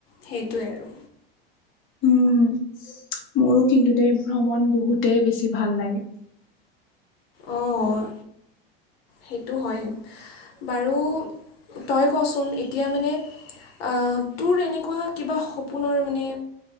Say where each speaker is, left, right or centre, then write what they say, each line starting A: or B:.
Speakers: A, on the left; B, on the left.
A: সেইটোৱে আৰু
B: উম মোৰো কিন্তু দেই ভ্ৰমণ বহুতেই বেছি ভাল লাগে।
A: অ' সেইটো হয় বাৰু তই কচোন এতিয়া মানে অ' তোৰ এনেকুৱা কিবা সপোনৰ মানে